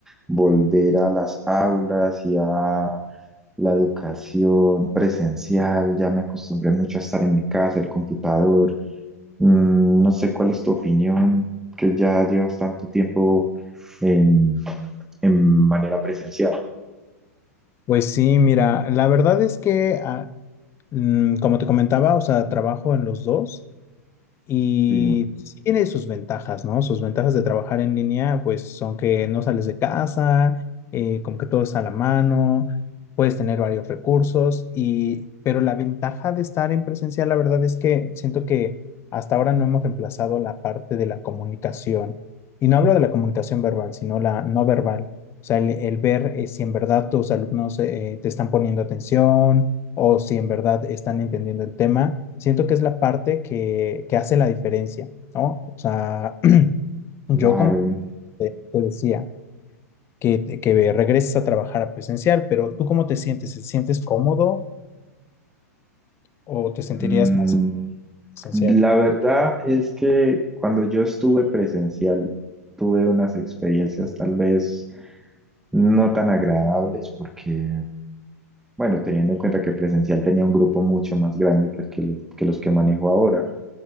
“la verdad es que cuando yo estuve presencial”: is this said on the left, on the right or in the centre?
Centre